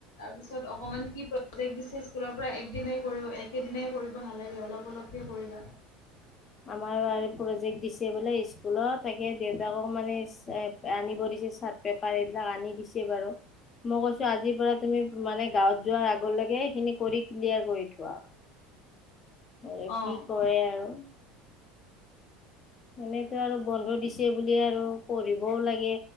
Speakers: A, on the left; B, on the left.
A: তাৰপিছত অকমান কি প্ৰজেক্ট দিছে স্কুলৰ পৰা একদিনাই একেদিনাই কৰিব নালাগে অলপ। অলপকে কৰিবা
B: আমাৰো প্ৰজেক্ট দিছে বোলে স্কুলত তাকে দেউ। তাকক মানে আনিব দিছে চাৰ্ট পেপাৰ এইবিলাক আনি দিছে বাৰু। মই কৈছো আজিৰ পৰা তুমি। মানে গাঁৱত যোৱাৰ আগলৈকে সেইখিনি কৰি ক্লিয়াৰ কৰি থোৱা। আৰু
A: অ
B: কি কৰে আৰু এনেতো আৰু বন্ধ দিছে। বুলি আৰু পঢ়িবও লাগে।